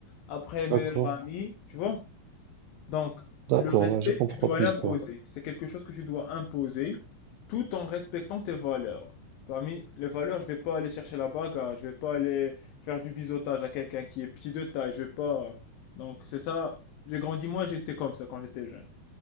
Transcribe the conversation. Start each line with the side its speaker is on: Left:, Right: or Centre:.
Left: après meilleurs
Right: d'accord,
Left: amis, tu vois? Donc,
Right: d'accord,
Left: le respect,
Right: là, je comprends
Left: tu dois
Right: l'histoire.
Left: l'imposer. C'est quelque chose que tu dois imposer tout en respectant tes valeurs. Parmi les valeurs, je vais pas aller chercher la bagarre, je vais pas aller faire du biseautage à quelqu'un qui est petit de taille, je vais pas. Donc, c'est ça. J'ai grandi, moi, j'étais comme ça quand j'étais jeune.